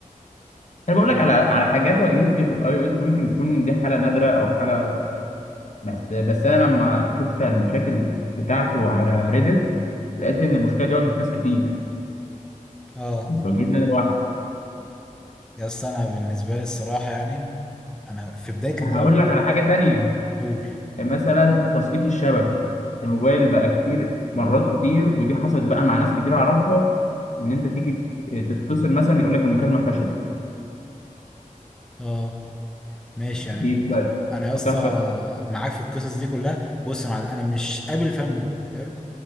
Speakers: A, on the left (about 55°); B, in the centre.
A: انا بقول لك
B: مم.
A: على على حاجات واجهتني في الاي او اس ممكن تكون دي حالة نادرة او حالة بس بس انا لما شفت المشاكل بتاعته على ريدت لقيت ان المشكلة دي واجهت ناس كتير
B: اه
A: مش واجهتني انا لوحدي
B: يا اسطى انا بالنسبه لي الصراحه يعني انا في بدايه الامر
A: هقول لك على حاجة تانية
B: اقول
A: مثلا تسقيط الشبكة الموبايل بقى كتير مرات كتير ودي حصلت بقى مع ناس كتير أعرفها إن أنت تيجي تتصل مثلا يقول لك المكالمة فشلت
B: اه ماشي يعني
A: دي بقى
B: انا يا اسطى
A: بتحصل
B: معاك في القصص دي كلها بص يا معلم انا مش قابل فان بوي حلو